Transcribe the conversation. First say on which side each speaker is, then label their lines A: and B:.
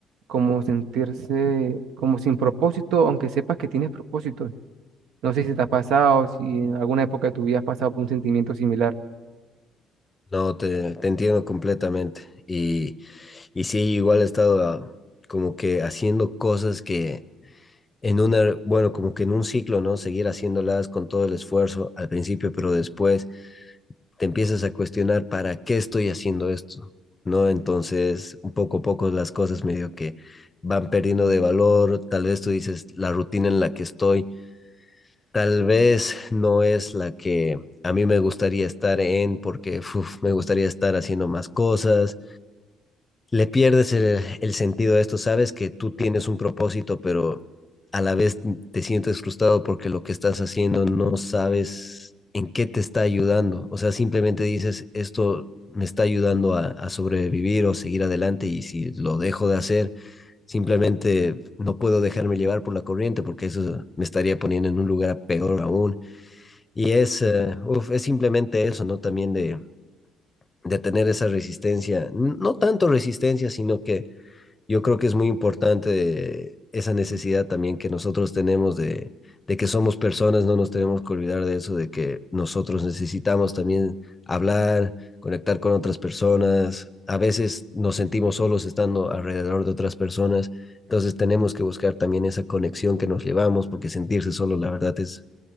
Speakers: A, on the right; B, on the left.
A: como sentirse como sin propósito, aunque sepas que tienes propósitos. No sé si te ha pasado, si en alguna época de tu vida has pasado por un sentimiento similar.
B: No, te, te entiendo completamente. Y, y sí, igual he estado ah, como que haciendo cosas que en una, bueno, como que en un ciclo, ¿no? Seguir haciéndolas con todo el esfuerzo al principio, pero después te empiezas a cuestionar para qué estoy haciendo esto, ¿no? Entonces, un poco a poco las cosas medio que van perdiendo de valor, tal vez tú dices, la rutina en la que estoy, tal vez no es la que a mí me gustaría estar en, porque uf, me gustaría estar haciendo más cosas, le pierdes el, el sentido a esto. Sabes que tú tienes un propósito, pero a la vez te sientes frustrado porque lo que estás haciendo no sabes en qué te está ayudando. O sea, simplemente dices, esto me está ayudando a, a sobrevivir o seguir adelante y si lo dejo de hacer, simplemente no puedo dejarme llevar por la corriente porque eso me estaría poniendo en un lugar peor aún. Y es, uh, uf, es simplemente eso, ¿no? También de, de tener esa resistencia, no tanto resistencia, sino que yo creo que es muy importante esa necesidad también que nosotros tenemos de, de que somos personas, no nos tenemos que olvidar de eso, de que nosotros necesitamos también hablar, conectar con otras personas. A veces nos sentimos solos estando alrededor de otras personas, entonces tenemos que buscar también esa conexión que nos llevamos, porque sentirse solo, la verdad, es,